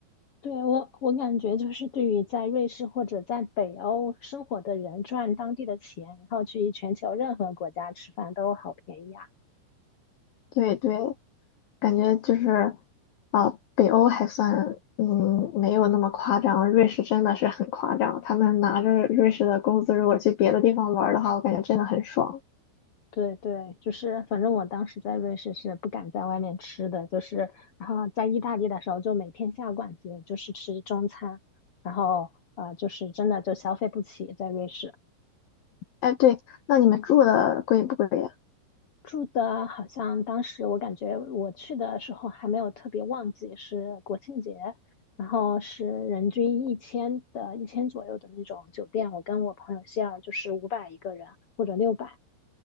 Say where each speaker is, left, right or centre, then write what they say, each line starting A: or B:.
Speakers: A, on the left; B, on the left.
A: 对，我我感觉就是对于在瑞士或者在北欧生活的人，赚当地的钱，然后去全球任何国家吃饭都好便宜啊。
B: 对对，感觉就是，啊，北欧还算，嗯，没有那么夸张。瑞士真的是很夸张，他们拿着瑞士的工资，如果去别的地方玩儿的话，我感觉真的很爽。
A: 对对，就是反正我当时在瑞士是不敢在外面吃的，就是然后在意大利的时候就每天下馆子，就是吃中餐，然后呃就是真的就消费不起在瑞士。
B: 哎，对，那你们住的贵不贵呀？
A: 住的好像当时我感觉我去的时候还没有特别旺季，是国庆节，然后是人均一千的一千左右的那种酒店，我跟我朋友希尔就是五百一个人或者六百，